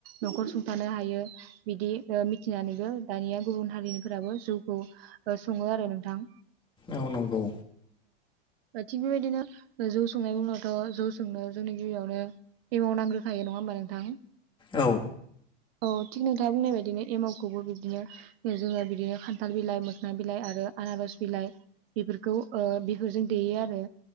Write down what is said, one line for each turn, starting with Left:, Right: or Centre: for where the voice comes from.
Right: न'खर सुंथा थानो हायो बिदि ओ मिथिनानैबो दानिया गुबुन हारिनिफोराबो जौखौ ओ सङो। आरो नोंथां।
Left: औ नंगौ।
Right: ओ थिग बेबायदिनो जौ संनायनि उनाव थ' जौ संनो जोंनो गिबियावनो एमाव नांग्रोखायो नङा होमबा नोंथां।
Left: औ।
Right: औ थिग नोंथाङा बुंनाय बायदिनो एमावखौबो बिदिनो जोङो बिदिनो खान्थाल बिलाइ, मोखोनां बिलाइ आरो आनारस बिलाइ बेफोरखौ ओ बेफोरजों देयो आरो